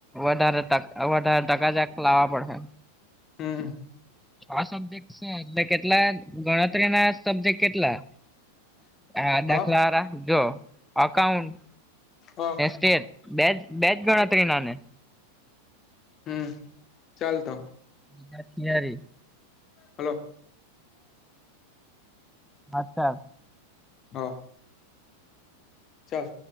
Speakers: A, in the centre; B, on the left (about 30°).
A: વધારે ટક વધારે ટકા જેક લાવવા પડહે.
B: હમ્મ.
A: આ સબ્જેક્ટ છે એટલે કેટલા ગણતરીના સબ્જેક્ટ કેટલા? આ દાખલાવાળા.
B: હ
A: જો એકાઉન્ટ
B: હા.
A: સ્ટેટ, બેજ-બેજ ગણતરી ના ને?
B: હમ્મ. ચાલ તો.
A: બીજા થિયરી.
B: હલો.
A: અચ્છા.
B: હા. ચાલ.